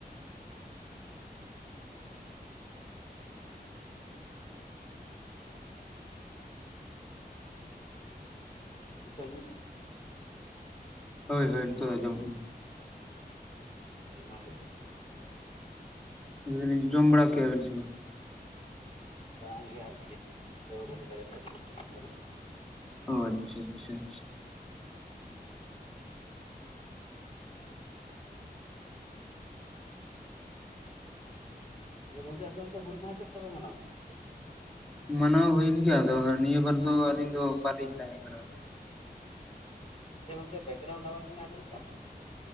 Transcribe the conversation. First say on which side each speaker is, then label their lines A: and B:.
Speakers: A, on the left; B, in the centre.
A: ᱱᱤᱛᱚᱜ ᱟᱡᱚᱢ ᱠᱟᱱᱟ
B: ᱦᱳᱭ ᱦᱳᱭ ᱱᱤᱛᱚᱜ ᱟᱸᱡᱚᱢᱚᱜ
A: ᱦᱮᱸ ᱢᱟ ᱞᱟᱭ ᱢᱮ
B: ᱞᱟᱹᱭ ᱫᱟᱞᱤᱧ ᱡᱚᱢ ᱵᱟᱲᱟ ᱠᱮᱭᱟᱵᱤᱱ ᱥᱮ ᱵᱟᱝ
A: ᱵᱟᱝ ᱜᱮ ᱟᱨ ᱜᱮ ᱜᱮ ᱛᱚ ᱠᱟᱴᱤᱡ ᱵᱟᱡᱟᱨ ᱥᱮ ᱞᱤᱱ ᱦᱮ ᱠᱟᱱᱟ᱾
B: ᱚ ᱟᱪᱪᱷᱟ ᱟᱪᱪᱷᱟ ᱟᱪᱪᱷᱟ
A: ᱡᱮ ᱜᱚᱢᱠᱮ ᱟᱯᱮ ᱚᱱᱛᱮ ᱦᱩᱞ ᱢᱟᱦᱟ ᱪᱮᱫ ᱞᱮᱠᱟ ᱯᱮ ᱢᱟᱱᱟᱣ ᱠᱮᱫᱟ
B: ᱢᱟᱱᱟᱣ ᱦᱩᱭᱮᱱ ᱜᱮᱭᱟ ᱟᱫᱚ ᱱᱤᱭᱟᱹ ᱵᱟᱨ ᱫᱚ ᱟᱹᱞᱤᱧ ᱫᱚ ᱵᱟᱹᱞᱤᱧ ᱛᱟᱦᱮᱸ ᱠᱟᱱᱟ᱾
A: ᱟᱪᱪᱷᱟ ᱜᱚᱢᱠᱮ ᱵᱮᱠᱜᱨᱣᱩᱱᱰ ᱟᱡᱚᱢ ᱫᱟ?